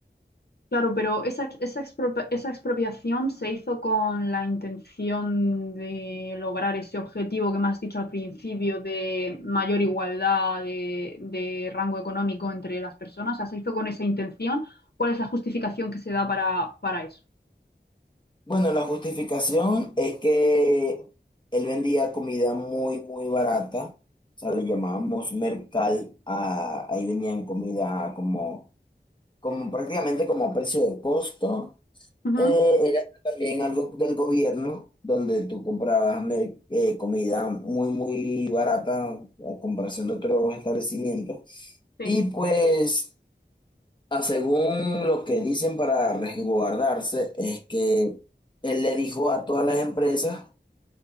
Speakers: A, on the left; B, on the left.
A: Claro, pero esa, esa, expropia- esa expropiación se hizo con la intención de lograr ese objetivo que me has dicho al principio de mayor igualdad de, de rango económico entre las personas. O sea, se hizo con esa intención. ¿Cuál es la justificación que se da para, para eso?
B: Bueno, la justificación es que él vendía comida muy, muy barata. O sea, le llamábamos mercal. a- ahí vendían comida como, como prácticamente como a precio de costo.
A: Ujú,
B: Eh, era también algo del gobierno, donde tú comprabas mer- eh, comida muy, muy barata a comparación de otros establecimientos.
A: sí.
B: Y pues... Ah, según lo que dicen para resguardarse, es que él le dijo a todas las empresas